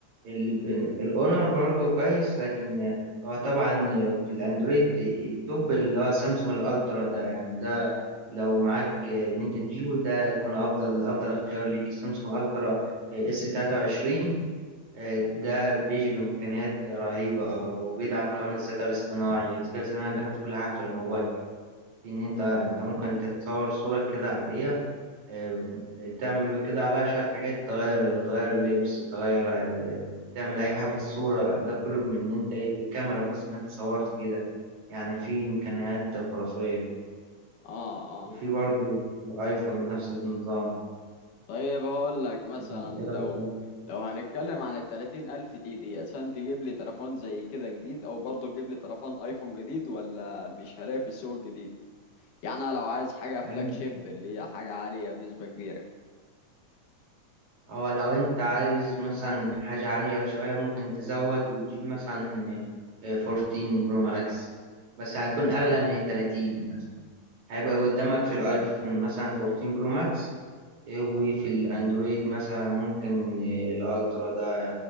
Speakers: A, on the right; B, on the left.
A: ال- الاونر برضو كويس لكن هو طبعا في الاندرويد التوب اللي هو سامسونج الالترا ده يعني ده لو معاك ان انت تجيبه ده يكون افضل افضل اختيار ليك سامسونج الترا اس 23 ده بيجي بامكانيات رهيبه وبيدعم كمان الذكاء الاصطناعي الذكاء الاصطناعي دخل في كل حاجه في الموبايل في ان انت انت ممكن تتصور صورة كده عادية آه، تعمل بقى كده عليها شوية حاجات تغير تغير لبس تغير آه، تعمل أي حاجة في الصورة ده كله من إن أنت إيه، بالكاميرا بس إن أنت صورت كده يعني في إمكانيات خرافية
B: اه اه
A: وفي برضو الآيفون نفس النظام
B: طيب هقول لك مثلا
A: أنت إيه
B: لو
A: رأيك في ده؟
B: لو هنتكلم عن التلاتين ألف دي دي عشان تجيب لي تليفون زي كده جديد أو برضه تجيب لي تليفون أيفون جديد ولا مش هلاقي في السوق الجديد يعني أنا لو عايز حاجة فلاج
A: آم،
B: شيب اللي هي حاجة عالية بنسبة كبيرة
A: أو لو أنت عايز مثلا حاجة عالية شوية ممكن تزود وتجيب مثلا آه، آه، 14 برو ماكس بس هيكون أغلى من التلاتين هيبقى قدامك في الايفون مثلا 14 برو ماكس إيه، وفي الاندرويد مثلا ممكن إيه، الالترا ده